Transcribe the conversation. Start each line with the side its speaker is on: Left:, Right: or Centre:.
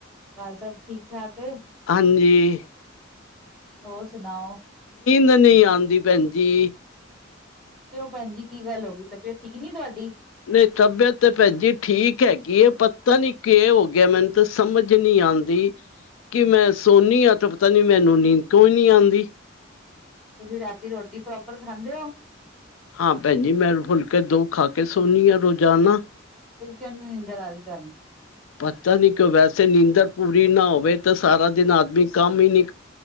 Centre: ਘਰ ਸਭ ਠੀਕ ਠਾਕ?
Left: ਪੰਜਜੀ <inaudible>
Centre: ਹੋਰ ਸੁਣਾਓ।
Left: ਨਹੀਂ, ਆਉਂਦੀ ਭੈਣਜੀ।
Centre: ਕਿਓਂ ਭੈਣ ਜੀ, ਕੀ ਗੱਲ ਹੋ ਕਿ ਤਬੀਅਤ ਠੀਕ ਨੀ ਤੁਹਾਡੀ?
Left: ਨਈ ਤਬੀਅਤ ਤੇ ਭੈਣ ਜੀ ਠੀਕ ਹੈਗੀਏ। ਪਤਾ ਨੀ ਕੇ ਹੋ ਗਿਆ ਮੈਨੂੰ ਤਾਂ ਸਮਝ ਨੀ ਆਂਦੀ। ਕਿ ਮੈਂ ਸੋਨੀ ਆ ਤੇ ਪਤਾ ਨੀ ਮੈਨੂੰ ਨੀਂਦ ਕਿਉਂ ਹੀ ਨਹੀਂ ਆਂਦੀ।
Centre: ਤੁਸੀਂ ਰਾਤੀ ਰੋਟੀ ਪ੍ਰੋਪਰ ਖਾਂਦੇ ਹੋ
Left: ਹਾਂ ਭੈਣ ਜੀ ਮੈਂ ਫੁਲਕੇ ਦੋ ਖਾ ਕੇ ਸੋਨੀ ਆ ਰੋਜ਼ਾਨਾ।
Centre: ਫਿਰ ਕਿਉ ਨੀ ਨੀਂਦਰ ਆ ਰੀ ਤਾਨੂੰ।
Left: ਪਤਾ ਨਹੀਂ ਕਿਉਂ ਵੈਸੇ ਨੀਂਦਰ ਪੂਰੀ ਨਾ ਹੋਵੇ ਤਾਂ ਸਾਰਾ ਦਿਨ ਆਦਮੀ ਕੰਮ ਈ ਨ